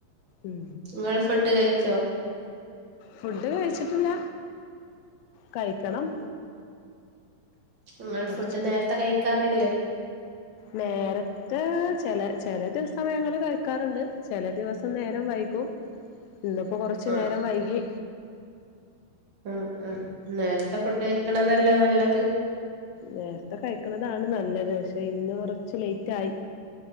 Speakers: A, on the left (about 80°); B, on the right (about 50°).
A: ഉം
B: ഇങ്ങള് ഫുഡ് കഴിച്ചോ?
A: ഫുഡ് കഴിച്ചിട്ടില്ല കഴിക്കണം
B: ഇങ്ങള്
A: കൊറച്ചൊക്കെ
B: ഫുഡ് നേര്ത്തെ കഴിക്കാറില്ലേ?
A: നേരം ത്ത് ചെല ചെല ദിവസം സമയങ്ങളിൽ കഴിക്കാറ്ണ്ട് ചെല ദിവസം നേരം വൈകും. ഇന്ന്പ്പൊ കൊറച്ച്
B: ആ
A: നേരം വൈകി.
B: ആഹ് ഉം. നേര്ത്തെ ഫുഡഴിക്ക്ണതല്ലെ നല്ലത്?
A: നേര്ത്തെ കഴിക്ക്ണതാണ് നല്ലത്. പക്ഷെ ഇന്ന് കൊറ ച്ച് ലൈറ്റായി